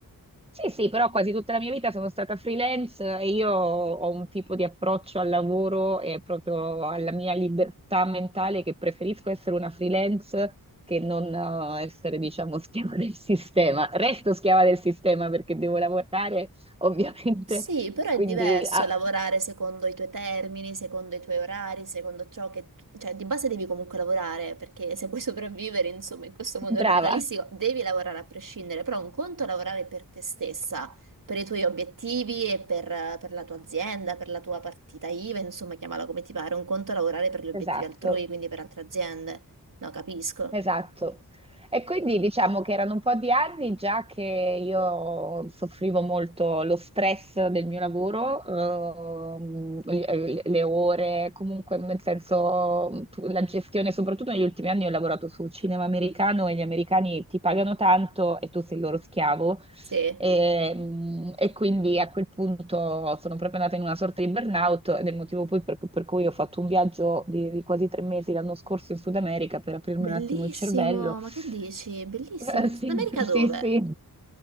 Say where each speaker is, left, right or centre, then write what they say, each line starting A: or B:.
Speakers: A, on the right; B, on the right.
A: sì, sì, però quasi tutta la mia vita sono stata freelance e io ho un tipo di approccio al lavoro e proprio alla mia libertà mentale che preferisco essere una freelance che non eh, essere, diciamo, <laughs> schiava del sistema. Resto schiava del sistema perché devo lavorare, <laughs> ovviamente,
B: Sì, però è
A: quindi
B: diverso
A: ah,
B: lavorare secondo i tuoi termini, secondo i tuoi orari, secondo ciò che... tu- Cioè, di base devi comunque lavorare, perché se vuoi sopravvivere, insomma, in questo mondo
A: brava,
B: capitalistico, devi lavorare a prescindere, però un conto è lavorare per te stessa, per i tuoi obiettivi e per, per la tua azienda, per la tua partita IVA, insomma, chiamala come ti pare. Un conto è lavorare per gli obiettivi
A: esatto.
B: altrui, quindi per altre aziende. No, capisco.
A: Esatto. E quindi diciamo che erano un po' di anni già che io soffrivo molto lo stress del mio lavoro, ehm, le le ore, comunque nel senso tu- la gestione, soprattutto negli ultimi anni ho lavorato su cinema americano e gli americani ti pagano tanto e tu sei il loro schiavo
B: Sì.
A: e, mm, e quindi a quel punto sono proprio andata in una sorta di burnout ed è il motivo poi per, per cui ho fatto un viaggio di, di quasi tre mesi l'anno scorso in Sud America per aprirmi
B: Bellissimo,
A: un attimo il cervello. <laughs>
B: ma che dici? Bellissimo,
A: Eh,
B: in
A: sì,
B: Sud America
A: sì,
B: dove?
A: sì.